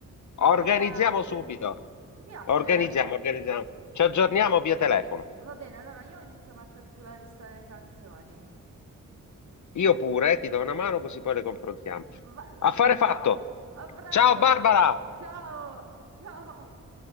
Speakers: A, on the right; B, on the left.
A: facciamo
B: Organizziamo
A: le carte.
B: subito.
A: Ti piace?
B: Organizziamo, organizziamo. Ci aggiorniamo via telefono.
A: Va bene, allora io inizio a mettere giù la lista delle canzoni.
B: Io pure, eh, ti do una mano così poi le confrontiamo.
A: Vallo.
B: Affare fatto.
A: A presto
B: Ciao Barbara.
A: allora. Ciao, ciao.